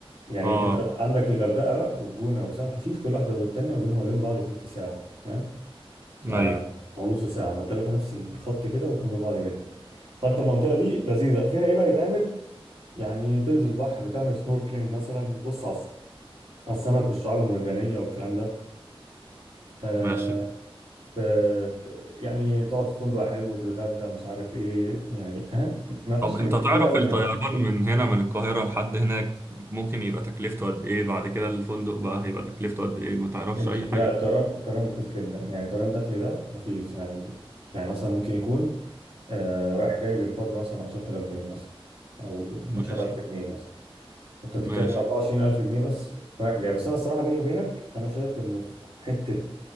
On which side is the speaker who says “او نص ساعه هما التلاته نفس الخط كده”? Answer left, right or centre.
Right